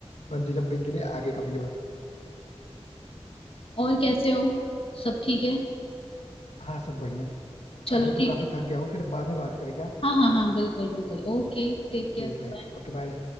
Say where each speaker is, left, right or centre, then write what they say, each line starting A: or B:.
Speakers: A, on the left; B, on the left.
A: बंजी जंपिंग के लिए आगे कभी और
B: और कैसे हो सब ठीक है
A: हाँ सब बढ़िया
B: चलो
A: अभी तो
B: ठीक
A: काफी
B: है
A: थक गया हूँ फिर बाद में बात करेंगे हाँ,
B: हाँ हाँ हाँ बिल्कुल बिल्कुल ओके टेक केयर
A: ठीक है
B: बाय।
A: ओके बाय